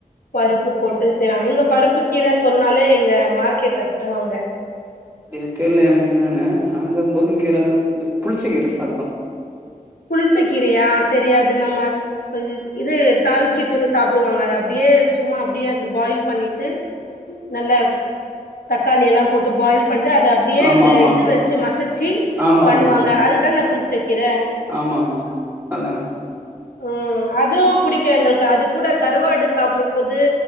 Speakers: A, on the left; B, on the right.
A: பருப்பு போட்டு செய்வாங்க எங்க பருப்பு கீர சொன்னாலே இங்க மார்க்கெட்ல தருவாங்க
B: எணுக்கு தெரியல எனக்கு என்னன்னு நாங்க முருங்கீரை இந்த புளிச்சா கீர சாப்பிட்டோ
A: புளிச்ச கீரயா செரி அது நம்ம இது தாளிச்சிட்டு சாப்பிடுவாங்க அது அப்டியே சும்மா அப்டியே அந்த பாயில் பண்ணிட்டு நல்ல தக்காளி எல்லா போட்டு பாயில் பண்ட்டு அத அப்டியே
B: ஆமா
A: இந்த
B: ஆமா
A: இது வச்சு மசிச்சி
B: ஆமா
A: பண்ணுவாங்க
B: ஆமா ஆமா
A: அதுதான புளிச்சக்கிற
B: ஆமா ஆமா அதாங்க
A: உம் அதுவும் புடிக்கு எங்களுக்கு அது கூட கருவாடு சாப்டும்போது